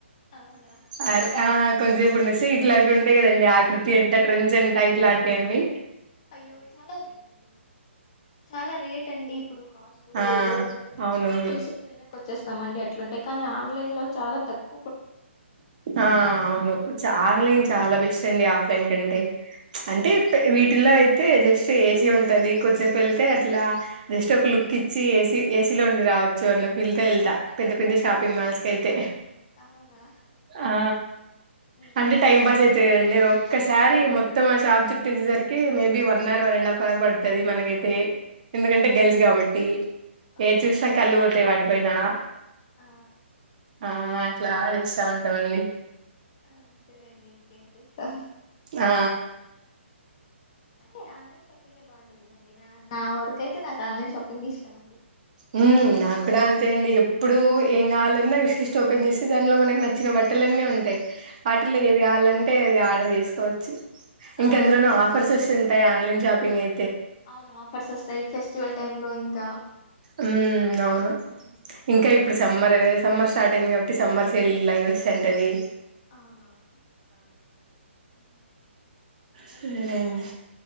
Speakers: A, on the left; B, on the right.
A: అవునా
B: అరే ఆ కొంసేపు ఉండెసి ఇట్లాంటి ఉంట కదండి ఆకృతి ఎంత ట్రెండ్స్ అండ్ టైట్ లాంటివన్నీ
A: అయ్యో చాలా చాలా రేట్ అండి ఇప్పుడు కాస్ట్
B: ఆ అవునవును
A: కాస్ట్ చూసే వెనక్కి వచ్చేస్ మం అట్లుంటయి కానీ ఆన్లైన్ లో చాలా తక్కు
B: ఆ అవును ఆన్లైన్ చాలా బెస్ట్ అండి ఆ ఫ్లైన్ కంటే
A: అవును ఆ
B: అంటే
A: నిజంగానే
B: వీటిలో అయితే జస్ట్ ఏసీ ఉం అది కొద్దిసేప్ ఎళ్తే అట్లా జస్ట్ ఒక లుక్ ఇచ్చి ఏసీ ఏసీలో ఉండి రావచ్చు అన్న ఫీల్తో ఎళ్తా పెద్ద పెద్ద షాపింగ్
A: ఆ
B: మాల్స్ క అయితే
A: అవునా
B: ఆ
A: ఉమ్
B: అంటే టైం పాస్ అయితే కదండి ఓే ఒకసారిీ మొత్తం ఆ షాప్ చట్ట్ట వచ్చేసరికి maybe one hour one and half hour పడుతుది మనకైతే ఎందుకంటే గెల్స్ కాబట్టి
A: అవునవును
B: ఏ చూసినా కళ్లి తాయి వాడి అ పోైనా
A: ఆ
B: ఆ క్లా ఇస్తా ఉంటాం అండి
A: అంతే లెండి ఇంకేం చేస్తాం
B: ఆ
A: అంటే ఆన్లైన్ షాపింగ్ే బాగుంటుందండి నా నా వరకు అయితే నాకు ఆన్లైన్ షాపింగ్ ఇష్టం అండి
B: మ్మ్ నా కూడా అంతే అండి ఎప్పుడు ఏం కావాలన్నా విష్ లిస్ట్ ఓపెన్ చేసి దానిలో మనకు నచ్చిన బట్టలు అన్నీ ఉంటాయి వాటిలో
A: నేను ఇప్పుడు
B: ఏది కావాలంటే అది ఆర్డర్ చేసుకోవచ్చు చు
A: ఆ
B: ఇంకెందులోను
A: నేను ఇప్
B: ఆఫర్స్ వస్తుంటాయి ఆన్లైన్ షాప్ పిన్నే
A: అవును ఆఫర్స్ వస్తాయి ఫెస్టివల్ టైమ్ లో ఇంకా
B: ఉ అవును
A: ఉమ్
B: ఇంకా
A: నేను
B: ఇప్పుడు
A: ఇప్
B: సమ్మర్ సమ్మర్ స్టార్ట్ అయింది కాబట్టి సమ్మర్ సేల్ లైవ్ వస్తంటది
A: అవునవును ఊ అయితే
B: సరేండి
A: ఇంకా